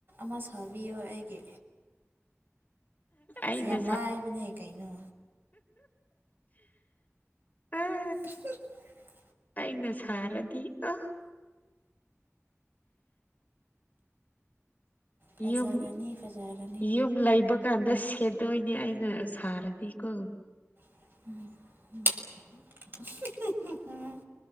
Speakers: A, on the right (about 50°); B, on the left (about 35°).
A: ꯑꯃ ꯁꯥꯕꯤꯌꯣ ꯑꯩꯒꯤ
B: ꯑꯩꯅ
A: ꯁꯤ ꯌꯥꯝ ꯂꯥꯏꯕꯅꯦ ꯀꯩꯅꯣ
B: ꯑ
A: <inaudible>
B: ꯑꯩꯅ ꯁꯔꯗꯤ ꯑ
A: ꯐꯖꯔꯅꯤ
B: ꯌꯨꯝ
A: ꯐꯖꯔꯅꯤ
B: ꯌꯨꯝ ꯂꯩꯕ ꯍꯧꯀꯥꯟꯗ ꯁꯦꯠꯇꯣꯏꯅꯦ ꯑꯩꯅ ꯁꯥꯔꯗꯤꯀꯣ
A: <inaudible>